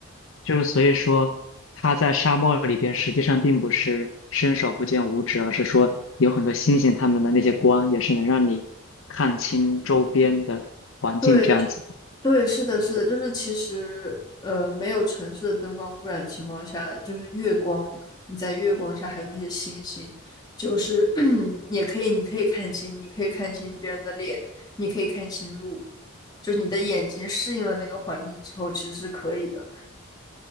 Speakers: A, on the left; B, on the left.
A: 就是所以说他在沙漠里边实际上并不是伸手不见五指，而是说有很多星星它们的那些光也是能让你看清周边的环境这样子。
B: 对，对，是的，是的，就是其实，呃，没有城市的灯光污染情况下，就是月光，你在月光下还有那些星星，就是 <clears throat> 也可以，你可以看清，你可以看清别人的脸，你可以看清路，就是你的眼睛适应了那个环境之后，其实是可以的。